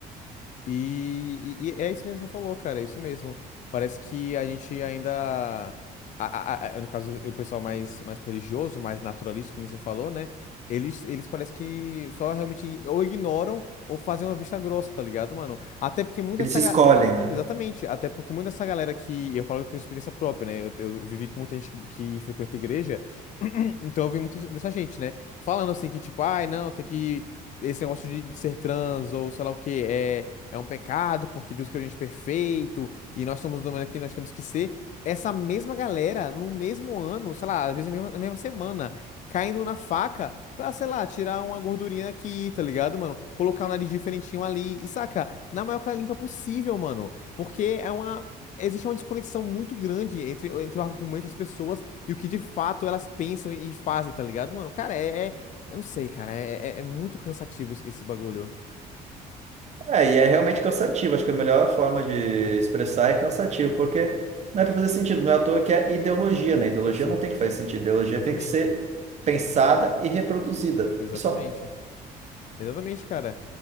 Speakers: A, on the left (about 45°); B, on the right (about 40°).
A: E, e- e é isso mesmo que você falou, cara, é isso mesmo. Parece que a gente ainda. a- a- a- no caso, o pessoal mais, mais religioso, mais naturalista, que nem você falou, né? Eles, eles parece que só realmente ou ignoram ou fazem uma vista grossa, tá ligado, mano? Até porque muita
B: Eles
A: essa.
B: escolhem,
A: ga-
B: né?
A: Exatamente, até porque muita essa galera que. Eu falo por experiência própria, né? Eu, eu vivi com muita gente que, que frequenta igreja, <clears throat> então eu vi muita dessa gente, né? Falando assim que, tipo, ai, não, tem que. Esse negócio de de ser trans ou sei lá o quê, é, é um pecado, porque Deus criou a gente perfeito, e nós somos do mundo aqui, nós temos que ser. Essa mesma galera, no mesmo ano, sei lá, às vezes na mesma, na mesma semana, caindo na faca pra, sei lá, tirar uma gordurinha aqui, tá ligado, mano? Colocar um nariz diferentinho ali, e saca, na maior cara limpa possível, mano, porque é uma. Existe uma desconexão muito grande entre, entre o argumento das pessoas e o que de fato elas pensam e e fazem, tá ligado, mano? Cara, é, é- eu não sei, cara. É, é- é muito cansativo esse, esse bagulho.
B: É, e é realmente cansativo. Acho que a melhor forma de expressar é cansativo, porque não é para fazer sentido, não é à toa que é ideologia, né? Ideologia
A: Sim,
B: não tem
A: exa-
B: que fazer sentido, ideologia
A: exatamente.
B: tem que ser pensada e reproduzida.
A: Exatamente.
B: E só.
A: Exatamente, cara.